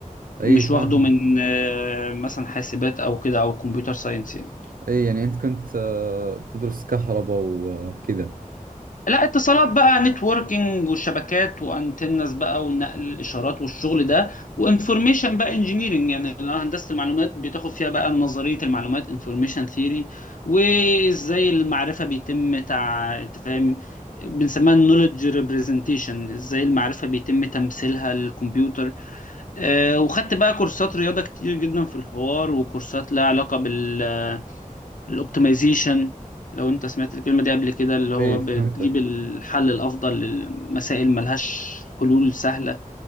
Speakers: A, on the right; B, on the left.
A: إي
B: مش
A: فاهمك
B: واخده من آه، مثلا حاسبات او كده او كمبيوتر ساينس يعني.
A: إي يعني أنت كنت آه تدرس كهرباء وكذا
B: لا اتصالات بقى نتوركينج وشبكات وانتنس بقى ونقل الاشارات والشغل ده وانفورميشن بقى انجينيرنج يعني اللي هو هندسه المعلومات بتاخد فيها بقى نظريه المعلومات انفورميشن ثيوري وازاي المعرفه بيتم تع... انت فاهم بنسميها النولج ريبريزنتيشن ازاي المعرفه بيتم تمثيلها للكمبيوتر آه وخدت بقى كورسات رياضه كتير جدا في الحوار وكورسات لها علاقه بال الاوبتمايزيشن لو انت سمعت الكلمة دي قبل كده اللي هو
A: إي
B: بتجيب
A: فهمتك
B: الحل الافضل لمسائل ملهاش حلول سهلة